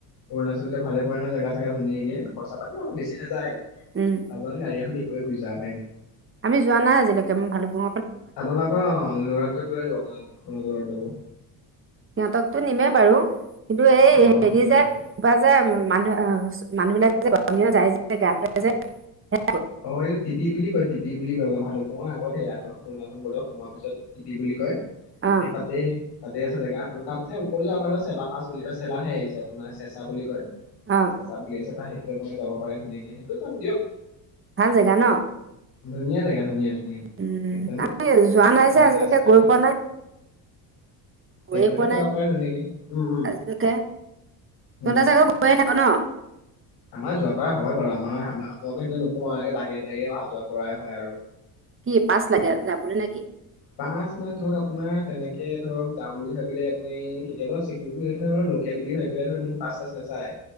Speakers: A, on the left; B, on the right.
A: অৰুণাচলতে ভাল পৰে ন জেগা চেগা ধুনিয়াকে খৰচা পাতি অলপ বেছি নাযায়। আপোনাৰ
B: উম
A: গাড়ী এখন দি গৈ গুচি যাব পাৰিম।
B: আমি যোৱা নাই আজিলৈকে মই ভালুকপুং
A: আপোনালোকৰ অহ লৰটোকো লৈ লব আপোনাৰ আপোনালোকৰ লৰাটোকো।
B: সিহঁতকতো নিমেই বাৰু। কিন্তু এই
A: অ',
B: হেৰি
A: সেইটো কৰিব
B: যে কিবা যে মানুহ আহ মানুহ বিলাকে যে <unintelligible>
A: অহ, এইটো টিপি বুলি কয় টিপিপ। বুলি কয় মানে ভালুকপুংৰ আগতে সেয়া আৰু অৰুণাচল বৰ্ডাৰ সোমোৱা পিছত টিপি বুলি কয়।
B: অ
A: সেই তাতে তাতে আছে জেগা আপোনাৰ তাতচে ওপৰতো যাব পাৰে চেলা পাছ বুলি চেলাহে আহিছে আপোনাৰ চেচা বুলি কয়।
B: অ
A: চেচা বুলি আছে তাহেইত। <unintelligible> যাব পাৰে ধুনীয়াকে সেইটো যাম দিয়ক।
B: ভাল জেগা ন।
A: ধুনীয়া জেগ ধুনীয়া ধুনীয়া
B: উম
A: একদম
B: আমি যোৱা নাই
A: ধুনীয়াকে
B: যে আজিলৈকে
A: আহ চতে
B: গৈ পোৱা নাই
A: সেইফালও
B: গৈয়ে পোৱা নাই
A: যাব পাৰে ধুনীয়াকে উম উম
B: আজিলৈকে তহঁতে
A: উম
B: চাগে গৈয়ে থাক ন
A: আমাৰ যোৱা কৰা হয় বাৰু আমাৰ আমাৰ আপোনালোকৰ সেইফালে নোসোমাযে বাহিৰে বাহিৰে অহা যোৱা কৰাই হয় আৰু
B: কি পাছ লাগে যাবলৈ নে।
A: পাঁচ মাহ ধৰক আপোনাৰ তেনেকে ধৰক যাম বুলি ভাবিলে আপুনি কেতিয়াবা চেকৰতি লোকেল বুলি ভাবিপেলাই‌ ধৰি পেলায় পাচ চাছ নাচাই।